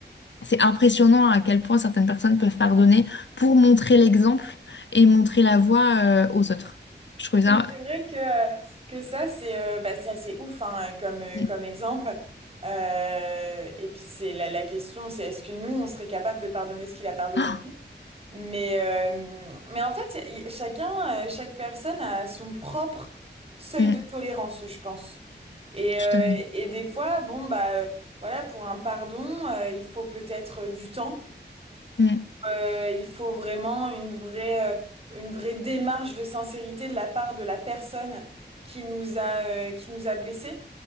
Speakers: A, on the left; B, on the right.
A: c'est impressionnant à quel point certaines personnes peuvent pardonner pour montrer l'exemple et montrer la voie euh, aux autres. Je trouve ça...
B: Mais c'est vrai que, que ça, c'est euh, bah, c'est assez ouf hein, comme, euh,
A: Mm.
B: comme exemple. Euh, et puis, c'est la, la question, c'est est-ce que nous, on serait capable de pardonner ce qu'il a pardonné
A: Ah,
B: lui? Mais, euh, mais en fait, y- y- chacun, euh, chaque personne a son propre seuil
A: mm,
B: de tolérance, je pense. Et, euh,
A: tout à fait.
B: et des fois, bon, bah, euh, voilà, pour un pardon, euh, il faut peut-être euh, du temps.
A: Mm,
B: Euh, il faut vraiment une vraie, euh, une vraie démarche de sincérité de la part de la personne qui nous a, euh, qui nous a blessés.